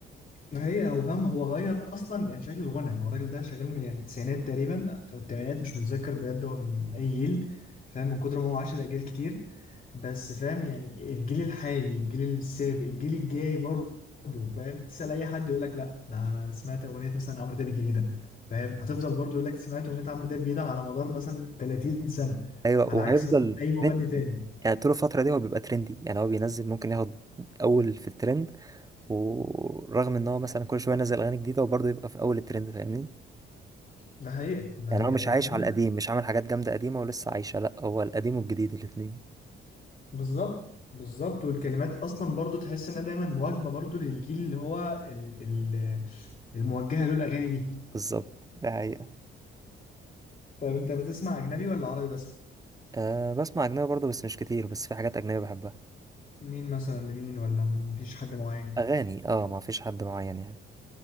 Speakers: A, on the left; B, on the right.
A: ما هي هو فاهم هو غير اصلا يعني شكل الغنى هو الراجل ده شغال من يعني التسعينات تقريبا او الثمانينات مش متذكر بجد هو من اي جيل فاهم من كتر ما هو عاش الاجيال كتير بس فاهم يعني الجيل الحالي الجيل السابق الجيل الجاي برضه فاهم تسأل اي حد يقول لك لا ده سمعت اغنيه مثلا عمرو دياب الجديده فاهم هتفضل برضه يقول لك سمعت اغنيه عمرو دياب الجديده على مدار مثلا 30 سنه
B: ايوه
A: على
B: وهيفضل
A: عكس مثلا اي مغني
B: ترند
A: تاني
B: يعني طول الفتره دي هو بيبقى ترندي يعني هو بينزل ممكن ياخد اول في الترند ورغم ان هو مثلا كل شويه ينزل اغاني جديده وبرضه يبقى في اول الترند فاهمني
A: ده حقيقه ده
B: يعني
A: حقيقه
B: هو مش
A: يعني
B: عايش على القديم مش عامل حاجات جامده قديمه ولسه عايشه لا هو القديم والجديد الاتنين
A: بالظبط بالظبط والكلمات اصلا برضو تحس انها دايما مواكبه برضو للجيل اللي هو ال ال الموجهه له الاغاني دي
B: بالظبط ده حقيقة
A: طيب انت بتسمع اجنبي ولا عربي بس
B: أه بسمع أجنبي برضه بس مش كتير بس في حاجات أجنبية بحبها
A: مين مثلا لمين ولا مفيش حد معين
B: أغاني أه ما فيش حد معين يعني